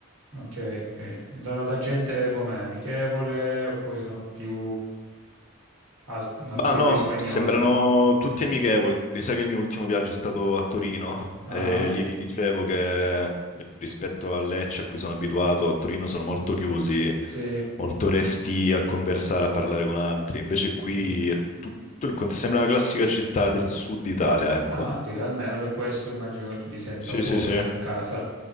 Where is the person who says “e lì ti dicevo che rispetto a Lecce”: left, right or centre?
Left